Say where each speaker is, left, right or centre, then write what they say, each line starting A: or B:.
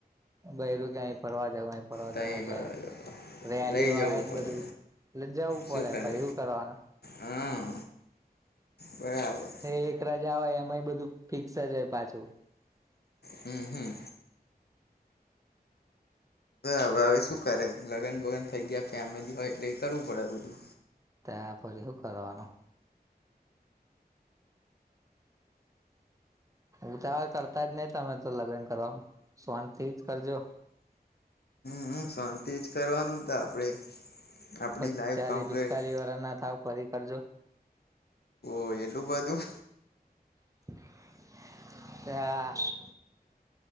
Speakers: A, on the right; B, on the left.
A: બૈરું ક્યા ફરવા જવ અ ફરવા
B: તઈ
A: જવ એટલે
B: કરવા જતા
A: રેડી
B: લઈ
A: હોય
B: જવું
A: જ આ
B: પડે
A: બધું. એટલે જવું
B: શું
A: પડે
B: કરે
A: પણ એવું કરવાનું
B: હા બરાબર.
A: એ એક રજા હોય એમાંય બધું ફિક્સ જ હોય પાછું.
B: હમ્મ હમ્મ. હવે હવે શું કરે લગન ભગન થઈ ગયા ફેમિલી હોય એટલે કરવું પડે બધું.
A: ત્યા પછી શું કરવાનું. ઉતાવળ કરતા જ નહી તમે તો લગ્ન કરવાનું શોંતથી જ કરજો.
B: હમ્મ શાંતિ જ કરવાનું ત આપડે. આપડી
A: પચાલીસ
B: લાઈફ કમ્પ્લીટ
A: પિસ્તાલીસ વાર ના થાવ પહિ કરજો.
B: હો એલું બધું.
A: <inaudible>